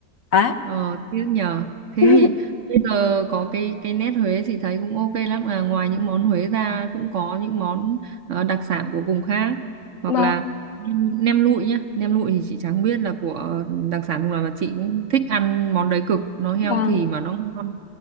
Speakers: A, on the left (about 60°); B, on the right (about 60°).
A: á
B: Ờ, tiếc nhờ. Thế
A: <laughs>
B: thì bây giờ có cái cái nét Huế chị thấy cũng ok lắm à. Ngoài những món Huế ra cũng có những món ờ, đặc sản của vùng khác. Hoặc
A: vâng
B: là nem nem lụi nhá. Nem lụi thì chị chẳng biết là của ờ, đặc sản vùng nào mà chị cũng thích ăn món đấy cực. Nó healthy
A: vâng
B: mà nó ngon.